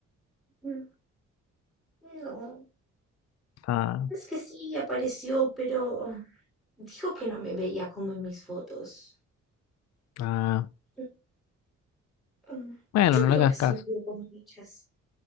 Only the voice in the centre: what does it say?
Mm, No,
es que sí apareció, pero mm, dijo que no me veía como en mis fotos.
Mm, mm,
Yo
creo
que
sí me veo como en ellas.